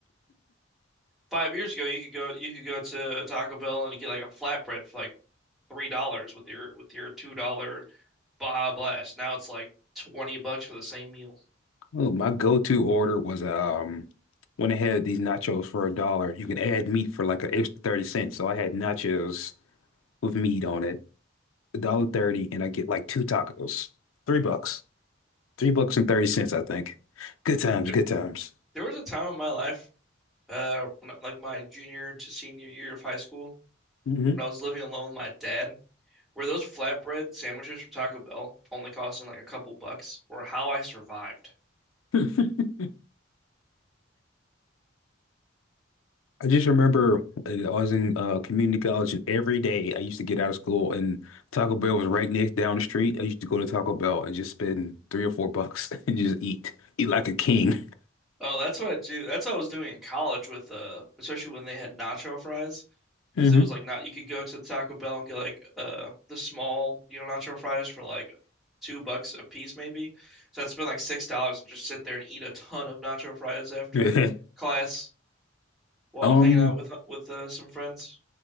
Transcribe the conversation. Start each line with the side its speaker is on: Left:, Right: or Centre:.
Centre: five years ago, you could go you could go to Taco Bell and get like a flatbread for like three dollars with your with your two dollar Baja Blast. Now it's like twenty bucks for the same meal.
Left: Oh, my go-to order was um when they had these nachos for a dollar. You could add meat for like an extra 30 cents. So I had nachos with meat on it, a dollar 30, and I get like two tacos. Three bucks. Three bucks and 30 cents, I think. Good times,
Centre: There
Left: good times.
Centre: there was a time in my life, uh, when, I- like my junior to senior year of high school,
Left: hmm
Centre: when I was living alone with my dad. Where those flatbread sandwiches from Taco Bell only costing like a couple bucks were how I survived.
Left: <laughs> I just remember uh, I was in uh, community college, and every day I used to get out of school, and Taco Bell was right next down the street. I used to go to Taco Bell and just spend three or four bucks <laughs> and just eat, eat like a king.
Centre: Oh, that's what I do. That's what I was doing in college with uh, especially when they had nacho fries, because
Left: hmm
Centre: it was like not you could go to Taco Bell and get like uh the small you know nacho fries for like two bucks a piece maybe. So I'd spend like six dollars and just sit there and eat a ton of nacho fries after
Left: <laughs>
Centre: class while
Left: Um,
Centre: hanging out with with uh, some friends.